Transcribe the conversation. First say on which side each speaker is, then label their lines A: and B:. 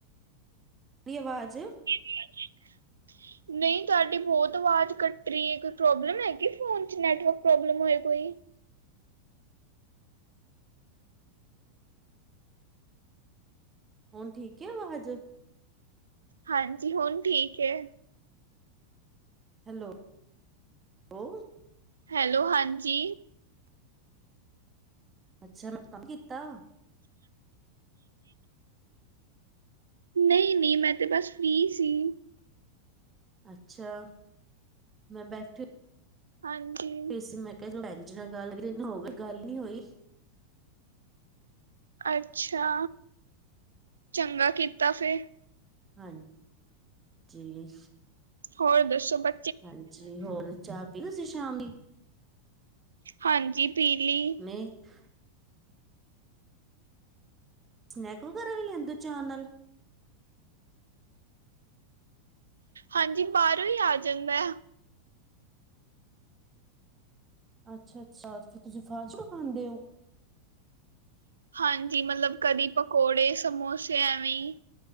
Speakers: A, on the right; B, on the right.
A: ਰੀ ਆਵਾਜ਼।
B: <inaudible> ਨਹੀਂ ਤੁਹਾਡੀ ਬਹੁਤ ਆਵਾਜ਼ ਕੱਟ ਰਹੀ ਐ, ਕੋਈ ਪ੍ਰੋਬਲਮ ਹੈਗੀ ਫੋਨ ਚ ਨੈਟਵਰਕ ਪ੍ਰੋਬਲਮ ਹੋਏ ਕੋਈ।
A: ਹੁਣ ਠੀਕ ਏ ਆਵਾਜ਼?
B: ਹਾਂਜੀ, ਹੁਣ ਠੀਕ ਏ।
A: ਹੈ ਲੋ ਉਹ।
B: ਹੈਲੋ ਹਾਂਜੀ।
A: ਅੱਛਾ ਮੈਂ ਕੰਮ ਕੀਤਾ।
B: ਨਈ-ਨਈ ਮੈਂ ਤੇ ਬਸ ਫ੍ਰਰੀ ਸੀ।
A: ਅੱਛਾ, ਮੈਂ ਬੈਠ
B: ਹਾਂਜੀ।
A: <unintelligible> ਮੈਂ ਕਿਹਾ ਭੈਣ ਜੀ ਨਾਲ ਗੱਲ ਕਈ ਦਿਨ ਹੋਗੇ ਗੱਲ ਨੀ ਹੋਈ।
B: ਅੱਛਾ, ਚੰਗਾ ਕੀਤਾ ਫੇਰ
A: ਹਾਂ ਜੀ।
B: ਹੋਰ ਦੱਸੋ ਬ
A: ਹਾਂਜੀ ਹੋਰ ਚਾਹ ਪੀਲੀ ਤੁਸੀਂ ਸ਼ਾਮ ਦੀ?
B: ਹਾਂਜੀ ਪੀਲੀ,
A: <inaudible> ਸਨੈਕ ਵਗੈਰਾ ਵੀ ਲੈਂਦੇ ਚਾਅ ਨਾਲ?
B: ਹਾਂਜੀ ਬਾਰੋਂ ਈ ਆ ਜਾਂਦਾ।
A: ਅੱਛਾ-ਅੱਛਾ ਤੇ ਤੁਸੀ ਫਾਸਟ-ਫੂਡ ਖਾਂਦੇ ਔ?
B: ਹਾਂਜੀ ਮਤਲਬ ਕਦੀ ਪਕੌੜੇ ਸਮੋਸੇ ਐਵੇ ਈ,